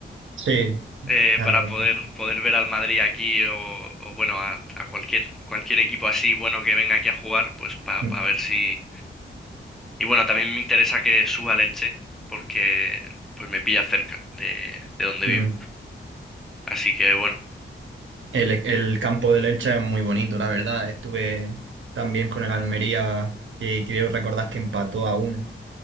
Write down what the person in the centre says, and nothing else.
Eh,
para
poder, poder ver al Madrid aquí o, o bueno, a, a cualquier, cualquier equipo así bueno que venga aquí a jugar, pues para
ver si, Y bueno, también me interesa que suba el Elche, porque pues me pilla cerca de, de donde
vivo. Así que bueno.